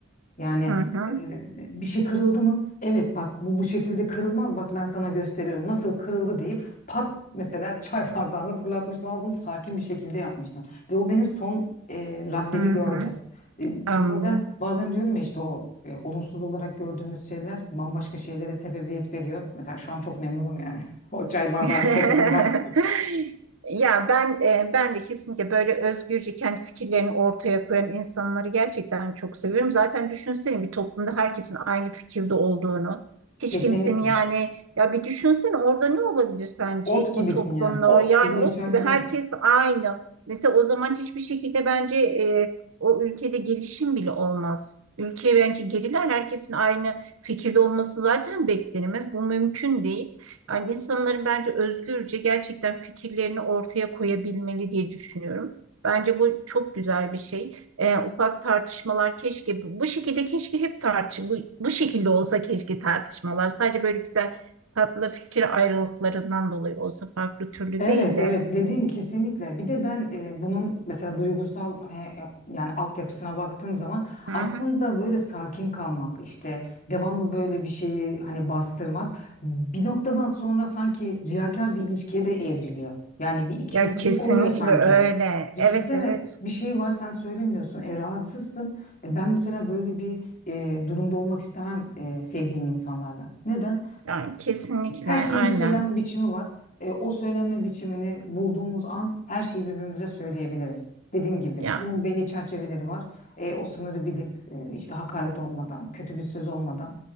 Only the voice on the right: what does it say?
hı hı,
hı
hı.
Anlıyorum.
<laughs>
Ya ben e, ben de kesinlikle böyle özgürce kendi fikirlerini ortaya koyan insanları gerçekten çok seviyorum. Zaten düşünsene bir toplumda herkesin aynı fikirde olduğunu. Hiç
kimsenin yani ya bir düşünsene orada ne olabilir sence
o toplumda
o yani
ot gibi
herkes aynı. Mesela o zaman hiçbir şekilde bence e, o ülkede gelişim bile olmaz. Ülke bence geriler herkesin aynı fikirde olması zaten beklenemez. Bu mümkün değil. Yani insanların bence özgürce gerçekten fikirlerini ortaya koyabilmeli diye düşünüyorum. Bence bu çok güzel bir şey. Ee, ufak tartışmalar keşke bu bu şekilde keşke hep tartış bu, bu şekilde olsa keşke tartışmalar sadece böyle güzel tatlı fikir ayrılıklarından dolayı olsa farklı türlü
değil de.
Hı
hı.
Ya kesinlikle
öyle.
Evet evet.
Yani kesinlikle
aynen.
Ya.